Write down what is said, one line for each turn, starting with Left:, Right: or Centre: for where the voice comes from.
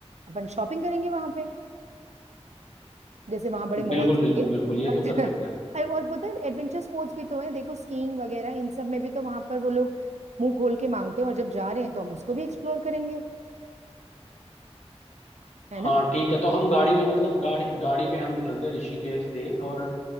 Right: अपन शॉपिंग करेंगे वहां पे जैसे वहां बड़े मॉल्स
Left: बिल्कुल
Right: होंगे
Left: बिल्कुल बिल्कुल ये
Right: बट
Left: तो कर सकते हैं हम
Right: <laughs> और पता है एडवेंचर स्पोर्ट्स भी तो है देखो स्कीइंग वगैरह इन सब में भी तो वहां पर वो लोग मुंह खोल के मांगते हैं और जब जा रहे हैं तो हम उसको भी एक्सप्लोर करेंगे है ना
Left: हाँ ठीक है तो हम गाड़ी में मतलब गाड़ी गाड़ी पे हम निकलते हैं ऋषिकेश से और